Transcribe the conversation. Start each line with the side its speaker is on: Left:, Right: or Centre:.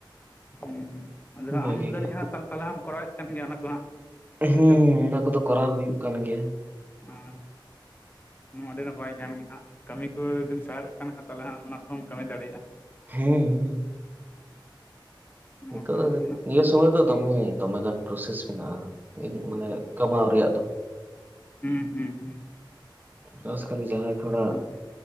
Left: ᱦᱩᱸ ᱦᱩᱸ ᱟᱫᱚ
Right: ᱵᱷᱟᱜᱮ
Left: ᱟᱢ ᱫᱚ ᱡᱟᱱᱤᱡᱜ
Right: ᱜᱮ
Left: ᱦᱟᱸᱜ ᱛᱟᱦᱚᱞᱮ ᱦᱟᱸᱜ ᱮᱢ ᱠᱚᱨᱟᱣᱮᱫ ᱠᱟᱱ ᱜᱮᱭᱟ ᱚᱱᱟ ᱠᱚ ᱦᱟᱸᱜ, ᱥᱮ
Right: ᱦᱮᱸ ᱚᱱᱟ ᱠᱚᱫᱚ ᱠᱚᱨᱟᱣ ᱦᱩᱭᱩᱜ ᱠᱟᱱ ᱜᱮᱭᱟ᱾
Left: <inaudible> ᱱᱚᱣᱟ ᱟᱹᱰᱤ ᱱᱟᱯᱟᱭ ᱠᱟᱱ ᱜᱮᱭᱟ ᱦᱟᱸᱜ ᱠᱟᱹᱢᱤ ᱠᱚ ᱡᱩᱫᱤᱢ ᱥᱮᱬᱟ ᱠᱟᱜ ᱠᱷᱟᱱ ᱛᱟᱦᱚᱞᱮ ᱦᱟᱸᱜ ᱚᱱᱟ ᱠᱚᱦᱚᱸᱢ ᱠᱟᱹᱢᱤ ᱫᱟᱲᱮᱭᱟᱜᱼᱟ᱾
Right: ᱦᱮᱸᱼᱼ
Left: ᱱᱚᱣᱟ
Right: ᱱᱤᱛᱚᱜ
Left: ᱠᱟᱱ
Right: ᱫᱚ
Left: ᱜᱮᱭᱟ ᱦᱟᱸᱜ
Right: ᱱᱤᱭᱟᱹ ᱥᱳᱢᱚᱭ ᱨᱮᱫᱚ ᱫᱚᱢᱮ ᱫᱚᱢᱮᱜᱟᱱ ᱯᱨᱚᱥᱮᱥ ᱢᱮᱱᱟᱜᱼᱟ᱾ ᱢᱟᱱᱮ ᱠᱟᱢᱟᱣ ᱨᱮᱭᱟᱜ ᱫᱚ
Left: ᱦᱩᱸ ᱦᱩᱸ ᱦᱩᱸ
Right: ᱵᱟᱥ ᱠᱷᱟᱹᱞᱤ ᱡᱟᱦᱟᱸᱭ ᱛᱷᱚᱲᱟ
Left: ᱦᱩᱸ ᱦᱩᱸ